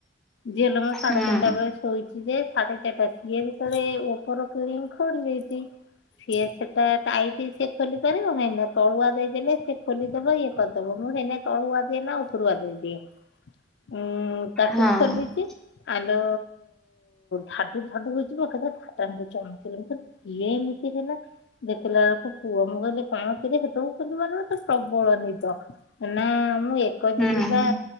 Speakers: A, on the left; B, in the centre.
A: ଝିଅଲୋ ସାଢେ
B: ହୁଁ
A: ତିନିଟା ବେଳେ ଶୋଇଚି ଯେ ସାଢେ ଚାରିଟା ସିଏ ଯେତେବେଳେ ଉପର କିଳିଙ୍ଗ ଖୋଲି ଦେଇଚି। ସିଏ ସେଟା ଟାଇଟି ସେ ଖୋଲି ପାରିବ ନାଇଁ ନା ତଳୁଆ ଦେଇଦେଲେ ସେ ଖୋଲିଦବ ଇଏ କରିଦେବ। ମୁଁ ସେଇନାଗି ତଳୁଆ ଦିଏ ନା ଉପରୁଆ ଦେଇଦିଏ। ଉଁ ତାକୁ
B: ହଁ
A: ଖୋଲିଚି।
B: ହୁଁ
A: ଆଲୋ ଧାଡୁ ଧାଡୁ ହୋଉଚି। ମୁଁ ଏକା ଥରେ ଧାଡାନ କି ଚମକିଲି। ମୁଁ କ କିଏ ଏମିତି ହେଲା। ଦେଖିଲା ବେଳକୁ ପୁଅ। ମୁଁ କହିଲି କଣ କିରେ ସେତବେଳେକୁ କିନ୍ତୁ ମାନେ ମତେ ପ୍ରବଳ ନିଦ। ନା ମୁଁ ଏକ ଯିବି
B: ହଁ
A: ପା